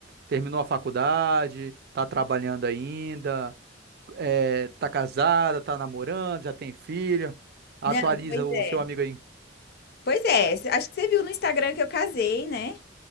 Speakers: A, on the right; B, on the left.
A: terminou a faculdade? Tá trabalhando ainda? É, tá casada? Tá namorando? Já tem filho? Atualiza
B: Não, pois
A: o
B: é.
A: seu amigo aí.
B: Pois é, cê- acho que você viu no Instagram que eu casei, né?